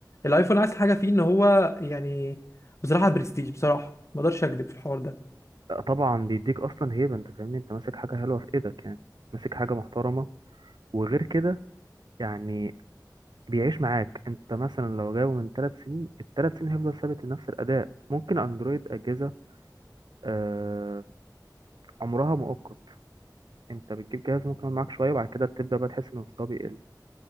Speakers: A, on the left; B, on the right.
A: الايفون عايز حاجه فيه ان هو يعني بصراحه برستيج بصراحه ما اقدرش اكذب في الحوار ده
B: آه، طبعا بيديك اصلا هيبه انت فاهمني انت ماسك حاجه حلوه في ايدك يعني ماسك حاجه محترمه وغير كده يعني بيعيش معاك انت مثلا لو جابه من ثلاث سنين الثلاث سنين هيفضل ثابت نفس الاداء ممكن اندرويد اجهزه آه عمرها مؤقت انت بتجيب جهاز ممكن يقعد معاك شويه وبعد كده بتبدا بقى تحس ان مستواه بيقل